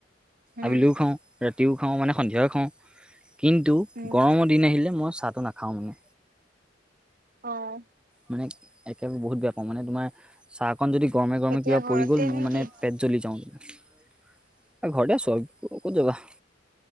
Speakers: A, on the right (about 50°); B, in the centre.
A: উম
B: আবেলিও খাওঁ, ৰাতিও খাওঁ, মানে সন্ধিয়া খাওঁ কিন্তু
A: উম
B: গৰমৰ দিন আহিলে মই চাহটো নাখাওঁ মানে।
A: অ'হ।
B: মানে একেবাৰে বহুত বেয়া পা মানে তোমাৰ চাহকন যদি গৰমে গৰমে
A: এতিয়া
B: কিবা
A: ঘৰতে
B: পৰি গ'ল মোৰ
A: নেকি?
B: মানে পেট জ্বলি যাওঁ। ঘৰতে আছো আৰু কত যাবা।